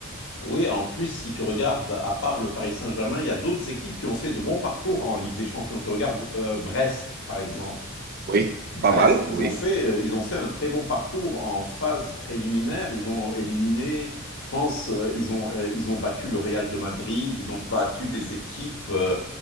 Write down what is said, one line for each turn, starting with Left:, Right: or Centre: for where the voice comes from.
Left: Oui, en plus, si tu regardes, à part le Paris Saint-Germain, il y a d'autres équipes qui ont fait de bons parcours en Ligue des Champions. Tu regardes euh, Brest, par exemple.
Right: Oui,
Left: Brest,
Right: pas mal,
Left: ils
Right: oui.
Left: ont fait, euh, ils ont fait un très bon parcours en phase préliminaire. Ils ont éliminé, je pense, euh, ils ont, euh, ils ont battu le Real de Madrid, ils ont battu des équipes. euh,